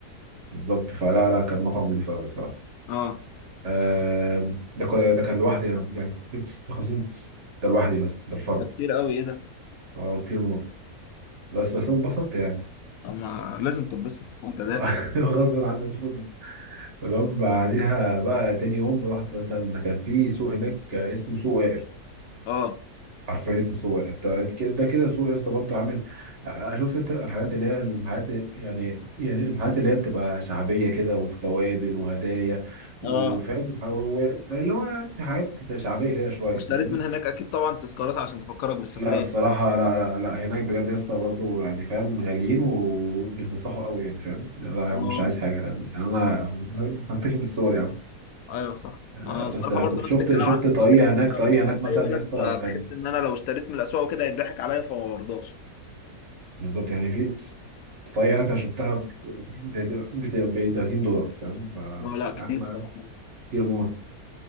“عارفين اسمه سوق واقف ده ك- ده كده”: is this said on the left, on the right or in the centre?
Right